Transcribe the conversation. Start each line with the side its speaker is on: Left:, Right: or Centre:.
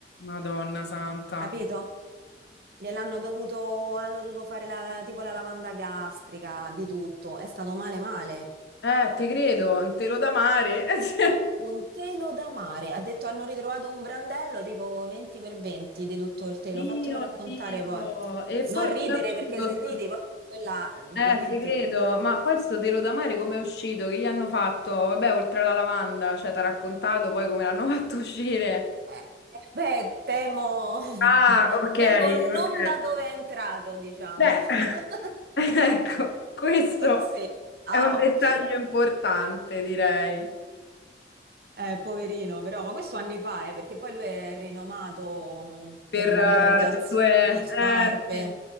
Left: Madonna santa.
Right: capito? Gliel'hanno dovuto, hanno dovuto fare la, tipo la lavanda gastrica, di tutto. È stato male male.
Left: Eh, ti credo, un telo da mare. <laughs>
Right: Un telo da mare. Ha detto hanno ritrovato un brandello tipo 20 per 20 di tutto il telo.
Left: Dio,
Right: Fatelo raccontare
Left: Dio.
Right: poi.
Left: E poi
Right: Non ridere
Left: come è uscito?
Right: perché se
Left: sto-
Right: ridi poi quella eh, ovviamente
Left: Eh, ti credo.
Right: la strizza.
Left: Ma poi sto telo da mare come è uscito? Che gli hanno fatto? Vabbè, oltre alla lavanda, cioè, ti ha raccontato poi come l'hanno <laughs> fatto uscire.
Right: Eh, eh, beh, temo, <laughs>
Left: Ah, ok,
Right: temo non
Left: ok.
Right: da dove è entrato, diciamo.
Left: Beh,
Right: <laughs>
Left: <laughs> ecco, questo
Right: Così,
Left: è
Right: a
Left: un
Right: occhio.
Left: dettaglio importante, direi,
Right: Eh, poverino, però, ma questo anni fa, eh, perché poi lui è rinomato mm,
Left: per
Right: per mangiare
Left: eh,
Right: calzini,
Left: le tue...
Right: scarpe.
Left: Eh, sì.